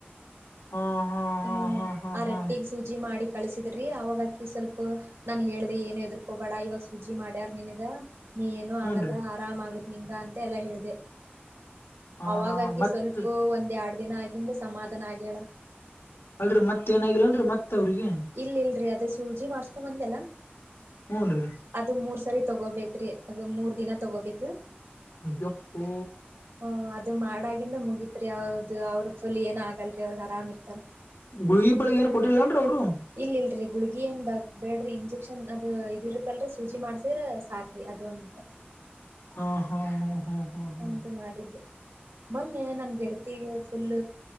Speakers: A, on the left (about 75°); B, on the right (about 85°).
A: ಹಾ ಹಾ ಹಾ
B: ಹ್ಮ್
A: ಹಾ ಹಾ
B: ಆ ರೊಟ್ಟಿಗೆ
A: ಹಾ
B: ಸೂಜಿ ಮಾಡಿ ಕಳಸಿದ್ರಿ ಅವಾಗಕಿ ಸ್ವಲ್ಪ <unintelligible> ನಾನ್ ಹೇಳ್ದ ಏನ ಎದ್ರಕೋಬೇಡ ಇವಾಗ ಸುಜಿ ಮಾಡ್ಯಾರ್ ನಿಿನಗ ನೀ ಏನುೂ
A: ಹೂನ್ರಿ
B: ಆಗಲ್ಲ ಆರಾಮ ಆಗತ್ ನಿಂಗಗ ಅಂತ ಎಲ್ಲಾ ಹೇಳಿದೆೆ
A: ಹಾ
B: ಅವಾಗಕಿ
A: ಹಾ ಮತ್
B: ಸ್ವಲ್ಪ ಒಂದ್ ಎರಡ್ ದಿನ ಆಗಿಂದ ಸಮಾಧಾನ ಆಗ್ಯೇಳ
A: ಅಲ್ರರಿ ಮತ್ತತ್ ಏನಾಗಿಿಲ್ಲ ಅನ್ರರಿ ಮತ್ ಅವ್ರಿಗೆ
B: ಇಲ್ಲಲ್ರರಿ ಅದು ಸೂಜಿ ಮಾಡ್ಸ್ಕೊ ಬಂದಲ್ಲ
A: ಹ್ಞನ್ ರೀ
B: ಅದು ಮೂರ್ ಸರಿ ತಗೋಬೇಕ್ರಿ ಅದು ಮೂರ್ ದಿನ ತಗೋಬೇಕ
A: ಜಕ್ಕು
B: ಹ ಅದು ಮಾಡಾಗಿಂದ ಮುಗಿತ್ರಿ ಅವ್ದದು ಅವ್ರರು ಫುಲ್ ಏನ ಆಗಲ್ರಿ ಅವ್ರಗ್ ಆರಾಮ್ ಇರ್ತಾರ
A: ಗುಳಗಿ ಬೆಳಿಗ್ ಏನು ಕೊಟ್ಟರ್ಿಲ್ಲಾನ್ರೀ ಅವ್ರು
B: ಇಲ್ ಇಲ್ರರಿ ಗುಳಗಿ ಏನ್ ಬ ಬೇಡ್ರಿ ಇಂಜೆಕ್ಷನ್ ಅದು ಇದ ಇರುತ್ತಲ್ರರಿ ಸೂಜಿ ಮಾಡ್ಸಿದ್ರ ಸಾಕ್ರಿ ಅದ ಒಂದಿದ್ರ
A: ಹಾ ಹಾ ಹಾ ಹಾ ಹಾ
B: ಹದು ಮಾಡಿದ್ದು ಮೊನ್ನೆ ನನ್ ಗೆಳತಿಗೆ ಫುಲ್